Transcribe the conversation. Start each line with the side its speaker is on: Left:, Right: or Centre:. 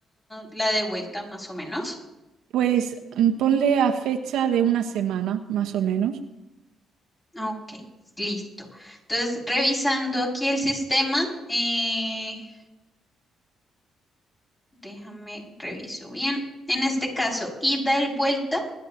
Left: la de vuelta más o menos?
Right: Pues mm, ponle a fecha de una semana, más o menos.
Left: Ok, listo. Entonces, revisando aquí el sistema, eh, Déjame reviso bien. En este caso, ida y vuelta,